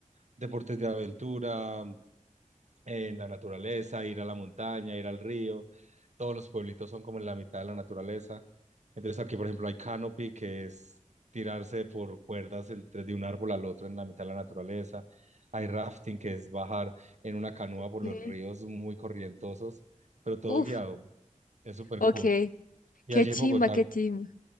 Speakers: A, on the right; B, on the left.
A: deportes de aventura, en la naturaleza, ir a la montaña, ir al río. Todos los pueblitos son como en la mitad de la naturaleza. Entonces aquí, por ejemplo, hay canopy, que es tirarse por cuerdas entre de un árbol al otro en la mitad de la naturaleza. Hay rafting, que es bajar en una canoa
B: Ok.
A: por los ríos muy corrientosos, pero todo
B: Uf,
A: guiado. Es súper
B: ok,
A: cool. Y
B: qué
A: allí
B: chimba,
A: en Bogotá,
B: qué chimba.